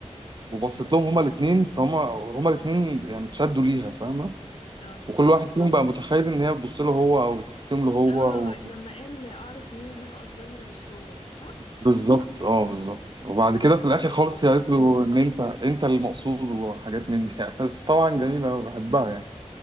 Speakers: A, on the right (about 40°); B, on the left (about 50°).
A: وبصت
B: امم
A: لهم هما الاتنين فهم هما الاتنين يعني اتشدوا ليها فاهمه
B: اه
A: وكل واحد فيهم بقى متخيل ان هي بتبص له هو او بتبتسم له هو
B: اه
A: و...
B: لما قال اعرف منين انها قصداني ده مش هو صح
A: بالظبط اه بالظبط وبعد كده في
B: الاغنيه
A: الاخر خالص
B: دي برضو
A: هي قالت
B: حلوه
A: له ان انت انت المقصود وحاجات من دي <laughs> يعني بس طبعا جميله
B: امم
A: بحبها يعني